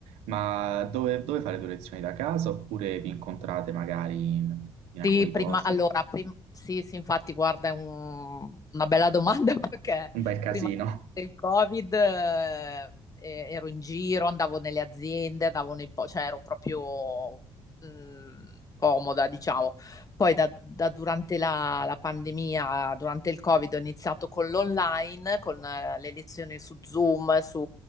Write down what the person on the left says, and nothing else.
Sì,
prima,
allora, prim- sì, sì, infatti, guarda, è un- una bella domanda <laughs> perché
prima del Covid eh, eh, ero in giro, andavo nelle aziende, andavo nei po- cioè ero proprio mh, comoda, diciamo. Poi da, da durante la, la pandemia, durante il Covid, ho iniziato con l'online, con eh, le lezioni su Zoom, su